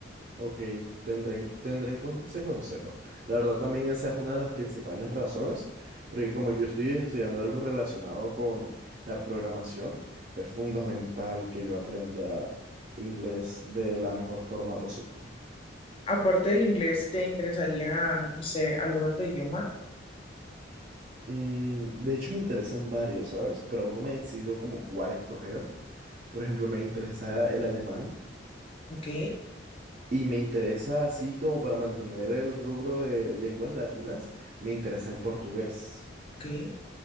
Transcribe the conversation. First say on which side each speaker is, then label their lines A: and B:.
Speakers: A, on the right; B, on the left.
A: Ok, tendré, en- tendré en cuenta ese consejo. La verdad también esa es una de las principales razones, porque como yo estoy estudiando algo relacionado con la programación, es fundamental que yo aprenda inglés de la mejor forma posible.
B: Aparte del inglés, ¿te interesaría, no sé, algún otro idioma?
A: Mm, de hecho, me interesan varios, ¿sabes? Pero aún no me he decidido como cuál escoger. Por ejemplo, me interesa el alemán
B: Ok,
A: y me interesa, así como para mantener el rubro de lenguas latinas, me interesa el portugués.
B: ok.